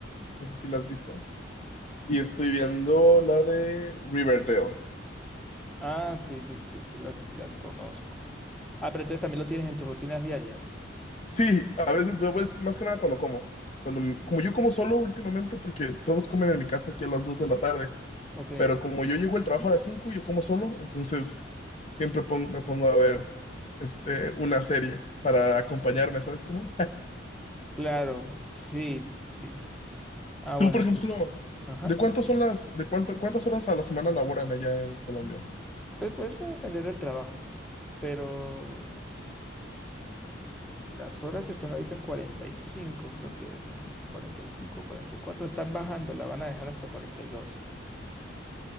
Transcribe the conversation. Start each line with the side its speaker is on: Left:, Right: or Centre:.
Left: no sé si la has visto, y estoy viendo la de Riverdale.
Centre: Ah, sí, sí, que sí las, las conozco. Ah, pero entonces también lo tienes en tus rutinas diarias.
Left: Sí, a veces luego es más que nada cuando como. Cuando, m- como yo como solo últimamente, porque todos comen en mi casa aquí a las 2 de la tarde,
Centre: Ok,
Left: pero como yo llego al trabajo a las 5 y yo como solo, entonces siempre pon- me pongo a ver este, una serie para acompañarme, ¿sabes cómo?
Centre: claro, sí, t- sí.
Left: <laughs>
Centre: Ah,
Left: Tú,
Centre: bueno,
Left: por ejemplo,
Centre: yo. Ajá.
Left: ¿de cuántos son las, de cuánto- cuántas horas a la semana laboran allá en Colombia?
Centre: Pues, pues va a depender del trabajo, pero Las horas están ahorita en 45, creo que es, ¿ah? 45, 44. Están bajando, la van a dejar hasta 42.